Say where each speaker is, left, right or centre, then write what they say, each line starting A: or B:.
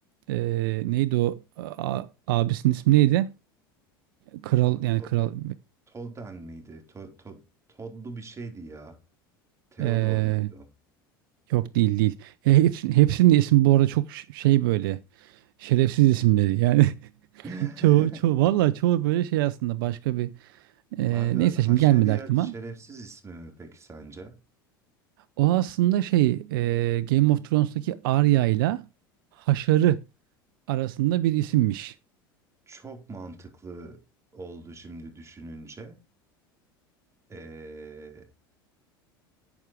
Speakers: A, on the right (about 70°); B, on the right (about 25°).
A: ee, neydi o A- abisinin ismi neydi? Kral
B: To,
A: yani
B: to,
A: kral
B: Tolden miydi? To, to, Todlu bir şeydi ya. Theodor
A: ee,
B: muydu? o?
A: yok değil değil. E, hepsinin, hepsinin de ismi bu arada çok ş- şey böyle şerefsiz isimleri. Yani <laughs>
B: <laughs>
A: çoğu çoğu vallahi çoğu böyle şey aslında başka bir ee,
B: Abi
A: neyse
B: Haşerya
A: şimdi gelmedi aklıma.
B: şerefsiz ismi mi peki sence?
A: O aslında şey e, Game of Thrones'taki Arya ile Haşar'ı arasında bir isimmiş.
B: Çok mantıklı oldu şimdi düşününce. Ee...